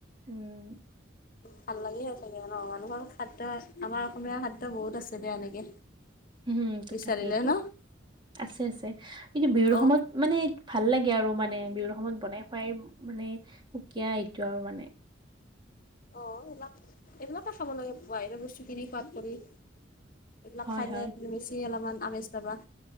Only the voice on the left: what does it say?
ভাল লাগিয়েই থাকে আমাৰ মানুহৰ খাদ্য আমাৰ অসমীয়া খাদ্য বহুত আছে দিয়া এনেকে
বিচাৰিলে
ন
অ
অ অ, এইবিলাক এইবিলাকে খাব লাগে বাহিৰৰ বস্তু কিনি খোৱাত কৰি। এইবিলাক
খাইলে
তু বেছি অলপমান আমেজ পাবা।